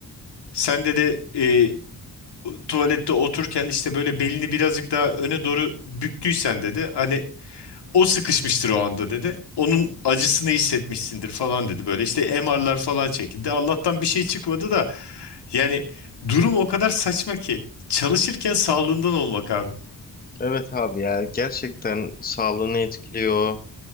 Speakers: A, on the left (about 75°); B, on the left (about 20°).
A: Sen dedi eee, tuvalette otururken işte böyle belini birazcık daha öne doğru büktüysen dedi. Hani O sıkışmıştır o anda dedi. Onun acısını hissetmişsindir falan dedi. Böyle işte MR'lar falan çekildi. Allah'tan bir şey çıkmadı da yani durum o kadar saçma ki. Çalışırken sağlığından olmak abi.
B: Evet abi ya gerçekten sağlığını etkiliyor.